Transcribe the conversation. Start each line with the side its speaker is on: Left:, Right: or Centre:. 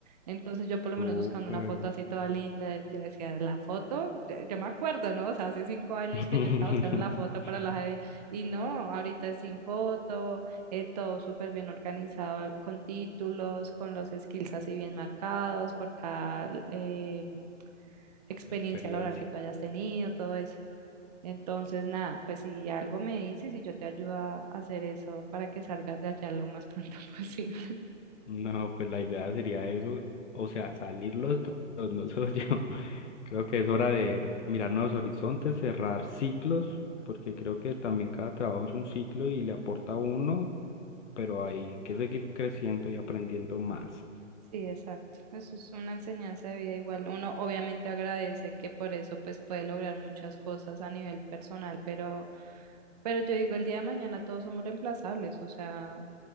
Right: Entonces yo por lo
Left: Súper.
Right: menos buscando una foto así toda linda, yo decía, la foto, yo, yo me acuerdo, ¿no? O sea, hace cinco años
Left: <laughs>
Right: que yo estaba buscando la foto para la Javier y no, ahorita es sin foto, eh, todo súper bien organizado, con títulos, con los skills así bien marcados por cada eh, experiencia
Left: La experiencia.
Right: laboral que tú hayas tenido, todo eso. Entonces, nada, pues si algo me dices y yo te ayudo a hacer eso para que salgas de allá lo más pronto <laughs> posible.
Left: No, pues la idea sería eso, o sea, salir los dos, <laughs> no solo yo. <laughs> Creo que es hora de mirar nuevos horizontes, cerrar ciclos, porque creo que también cada trabajo es un ciclo y le aporta a uno, pero hay que seguir creciendo y aprendiendo más.
Right: Sí, exacto. Eso es una enseñanza de vida igual. Uno obviamente agradece que por eso pues puede lograr muchas cosas a nivel personal, pero, pero yo digo, el día de mañana todos somos reemplazables, o sea,